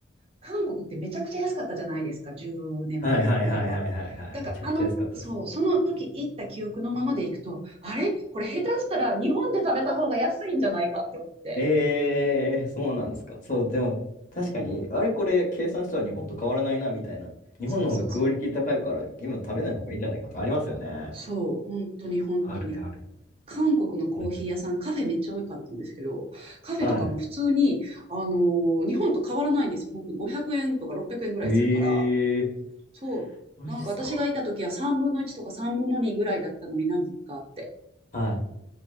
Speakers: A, on the right (about 30°); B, on the left (about 40°).
A: 韓国ってめちゃくちゃ安かったじゃないですか、10年前ぐらいは。
B: はいはいはいはいはいはい。
A: だから、
B: めちゃくちゃ安かったです。
A: あの、そう、その時行った記憶のままで行くと、あれこれ下手したら日本で食べた方が安いんじゃないかって思って。
B: えー、そうなんですか。そう、でも、確かに、
A: うん、
B: あれこれ計算したら日本と変わらないな、みたいな。日本の方がクオリティ高いから、
A: そうそうそう。
B: 今食べない方がいいんじゃないかとかありますよね。
A: そう、本当に本当に。
B: あるある。
A: 韓国のコーヒー屋さん、
B: あるある。
A: カフェめっちゃ多かったんですけど、カフェとかも普通に、
B: は
A: あのー日本と変わらないんですよ。本当500円とか600円ぐらいするから、
B: い。えー、
A: そう、
B: マジっすか。
A: なんか私がいた時は3分の1とか3分の2ぐらいだったのになぜかって。
B: は